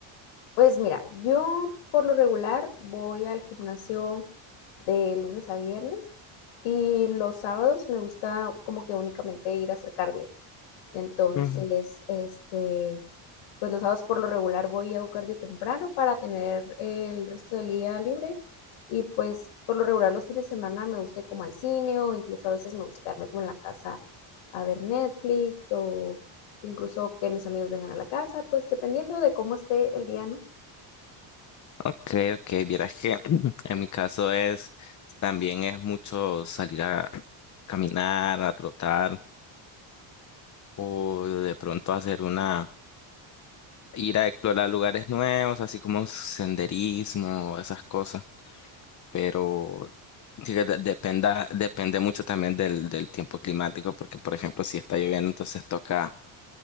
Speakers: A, on the left (about 85°); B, on the left (about 35°).
A: Pues mira, yo por lo regular voy al gimnasio de lunes a viernes y los sábados me gusta como que únicamente ir a hacer cardio. Entonces,
B: Mm.
A: este, pues los sábados por lo regular voy a cardio temprano para tener el resto del día libre. Y pues por lo regular los fines de semana me gusta ir como al cine o incluso a veces me gusta quedarme como en la casa a ver Netflix o incluso que mis amigos vengan a la casa, pues dependiendo de cómo esté el día, ¿no?
B: Ok, ok, vieras que <clears throat> en mi caso es, también es mucho salir a caminar, a trotar o de pronto hacer una ir a explorar lugares nuevos, así como senderismo, esas cosas, pero sí que de- dependa, depende mucho también del, del tiempo climático, porque por ejemplo, si está lloviendo, entonces toca